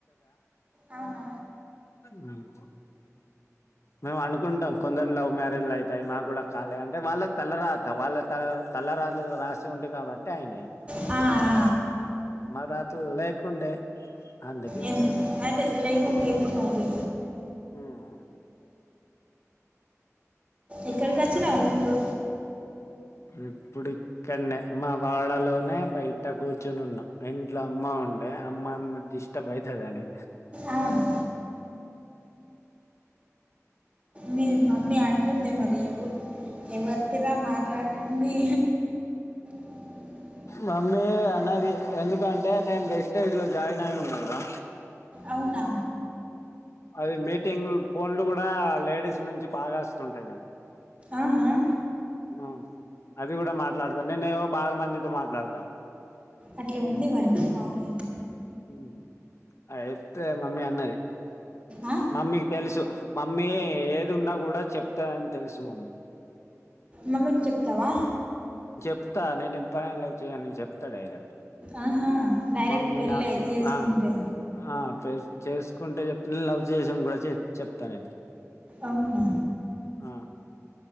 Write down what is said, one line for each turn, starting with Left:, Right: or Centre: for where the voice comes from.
Right: అవునా
Left: ఉమ్ మా అనకు కుంటాం కొందరు లవ్ మ్యారేజ్లు అయితాయి మాకు కూడా కాలే అంటే వాళ్ళ తలరాత వాళ్ళ తల్లరాత రాసి ఉంంది కాబట్టి అయినాయి
Right: ఆ
Left: మ రాతలో లేకుండే అందుకే
Right: ఏం
Left: ఇట్లా ఉన్నా
Right: అదే లేకుంటే ఏం చేయాలి
Left: హ్మ్మ్
Right: ఎక్కడికి వచ్చినావ్ ఇప్పుడు
Left: ఇప్పుడు ఇక్కడనే మా వాడ లోనే బయట కూర్చొని ఉన్నాం ఇంట్లో అమ్మ ఉ అంటే అమ్మ అమ్మ డిస్టర్బైతాదనీ
Right: అవునా మీ మమ్మీ అంటుంది మరి ఎవ ఎవతిరా మాట్లాడుతుందని అ
Left: మమ్మీ అన్నది ఎందుకంటే నేను వెస్టేజ్ లో జాయిన్ అయి ఉన్నా కదా
Right: అవునా
Left: అవి మీటింగ్ ఫోన్లు కూడా లేడీస్ నుంచి బాగా వస్తుంటాయి నాకు
Right: ఆహా
Left: ఆ అది కూడా మాట్లాడతాను నేనే ఏవో బాగా మందితో మాట్లాడతా
Right: అట్లా ఉంది మరి ఫాలోయింగ్
Left: హుమ్ అయితే మమ్మీ అన్నది
Right: ఆ?
Left: మమ్మీకి తెలుసు మమ్మీ ఏది ఉన్నా కూడా చెప్తానని తెలుసు మమ్మీ
Right: మమ్మీకి చెప్తావా
Left: స్తా నేను ఇబ్బ్రా లవ్ చేయన చెప్త డైరెక్ట్
Right: ఆహా డైరెక్ట్
Left: మమ్మీ
Right: పెళ్ళే
Left: నాకు
Right: చేసుకుంటే
Left: ఆ ఆ చేసుకుంటే చెప్త నేను లవ్ చేసాం కూడా చెప్తాను నేను
Right: అవునా
Left: ఆ